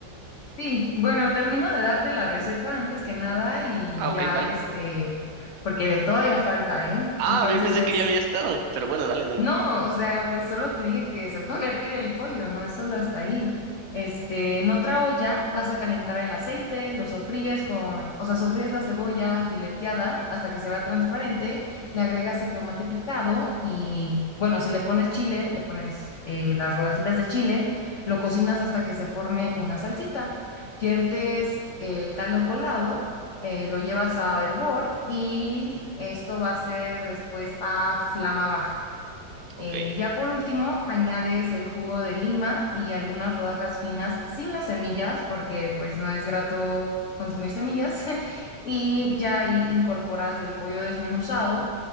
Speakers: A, on the left; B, on the right.
A: Sí, bueno, termino de darte la receta antes que nada y
B: Ah, ok,
A: ya,
B: vale.
A: este, porque todavía falta, ¿eh?
B: Ah,
A: Entonces
B: yo pensé
A: es
B: que ya había estado, pero bueno, dale, dale.
A: No, o sea, pues solo te dije que se <laughs> pone a hervir el pollo, no es solo hasta ahí. Este, en otra olla vas a calentar el aceite, lo sofríes con, o sea, sofríes la cebolla fileteada hasta que se vea transparente, le agregas el tomate picado y, bueno, si le pones chile, le pones eh, las rodajitas de chile, lo cocinas hasta que se forme una salsita. Viertes el caldo colado eh, lo llevas a hervor y esto va a ser después a flama baja.
B: Ok.
A: Eh, ya por último, añades el jugo de lima y algunas rodajas finas sin las semillas, porque pues no es grato consumir semillas. <laughs> Y ya ahí incorporas el pollo desmenuzado